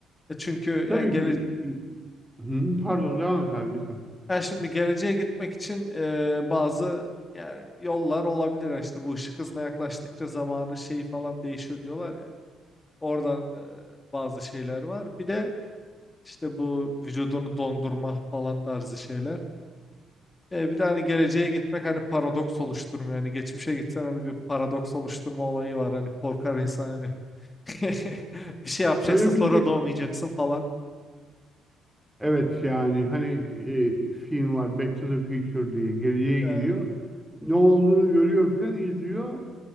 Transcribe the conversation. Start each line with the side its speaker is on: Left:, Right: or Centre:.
Left: E çünkü
Centre: Tabii
Left: yani, gele,
Centre: ki- Hı, pardon devam et abi lütfen.
Left: yani şimdi geleceğe gitmek için e, bazı yani yollar olabilir. Yani işte bu ışık hızına yaklaştıkça zamanın şeyi falan değişiyor diyorlar ya. Oradan e, bazı şeyler var. Bir de işte bu vücudunu dondurma falan tarzı şeyler. E, bir de hani geleceğe gitmek hani paradoks oluşturmuyor. Yani geçmişe gitsen hani bir paradoks oluşturma olayı var. Hani korkar insan hani <laughs> Bir şey yapacaksın
Centre: Şöyle
Left: sonra
Centre: bir şey
Left: doğmayacaksın falan.
Centre: Evet yani hani e, film var Back to the Future diye geleceğe
Left: Ee,
Centre: gidiyor. Ne olduğunu görüyor filan izliyor.